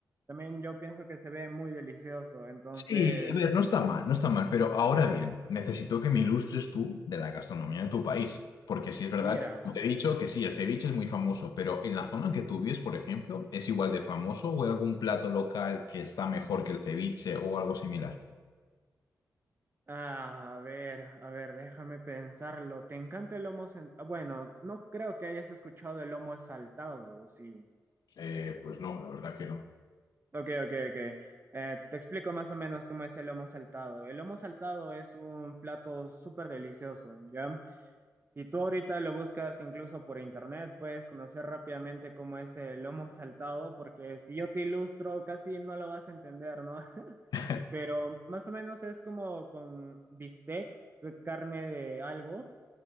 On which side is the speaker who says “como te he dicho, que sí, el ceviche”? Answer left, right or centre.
Left